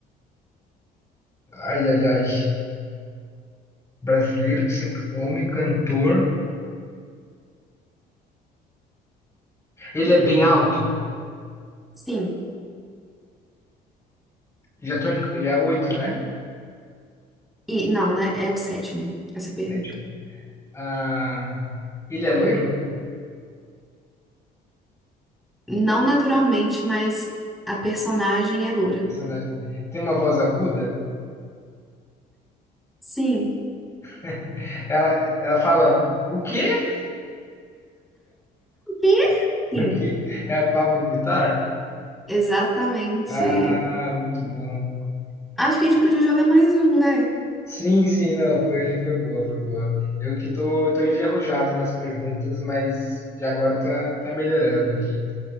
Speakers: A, on the left; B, in the centre.
A: Ai, ai, ai. Brasileiro que sempre. Homem cantor. Ele é bem alto.
B: Sim.
A: Já tô em. é oito, né?
B: E não, né? É o sétimo, essa pergunta.
A: Sete. Ah, ele é loiro?
B: Não naturalmente, mas a personagem é loura.
A: Personagem. Tem uma voz aguda?
B: Sim.
A: <laughs> Ela, ela fala. O quê?
B: E?
A: <laughs>
B: Sim,
A: Aqui é a Pablo Vittar?
B: exatamente.
A: Ah, muito bom.
B: Acho que a gente podia jogar mais um, né?
A: Sim, sim, não, foi, foi boa, foi boa. Eu que tô, tô enferrujado nas perguntas, mas já agora tá, tá melhorando aqui.